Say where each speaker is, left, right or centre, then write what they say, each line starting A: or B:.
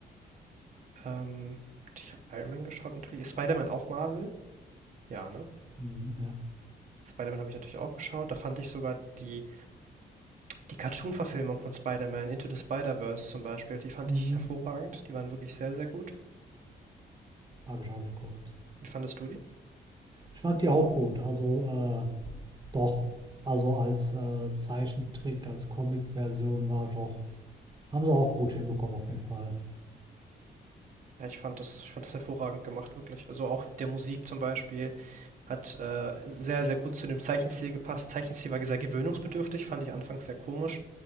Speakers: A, on the right; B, on the right.
A: Ähm, ich habe Iron Man geschaut natürlich. Ist Spider-Man auch Marvel? Ja, ne?
B: Mhm, ja.
A: Spider-Man habe ich natürlich auch geschaut. Da fand ich sogar die, die Cartoon-Verfilmung von Spider-Man, Into the Spider-Verse zum Beispiel, die fand
B: Mhm.
A: ich hervorragend. Die waren wirklich sehr, sehr gut.
B: Habe ich auch geguckt.
A: Wie fandest du die?
B: Ich fand die auch gut. Also, äh, doch. Also als äh, Zeichentrick, als Comic-Version war doch. Haben sie auch gut hinbekommen, auf jeden Fall.
A: Ja, ich fand das, ich fand das hervorragend gemacht, wirklich. Also auch mit der Musik zum Beispiel hat äh, sehr, sehr gut zu dem Zeichenstil gepasst. Der Zeichenstil war sehr gewöhnungsbedürftig, fand ich anfangs sehr komisch,